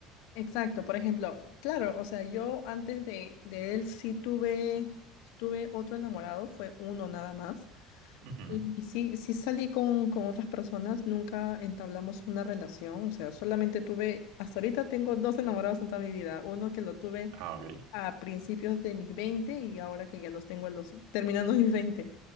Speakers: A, on the left (about 80°); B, on the right (about 70°).
A: Exacto, por ejemplo, claro, o sea, yo antes de, de él sí tuve, tuve otro enamorado, fue uno nada más.
B: Ujú.
A: Y sí, sí salí con, con otras personas, nunca entablamos una relación, o sea, solamente tuve, hasta ahorita tengo dos enamorados en toda mi vida, uno que lo tuve
B: Ah, ok.
A: a principios de mis 20 y ahora que ya los tengo a los, <laughs> terminando mis veinte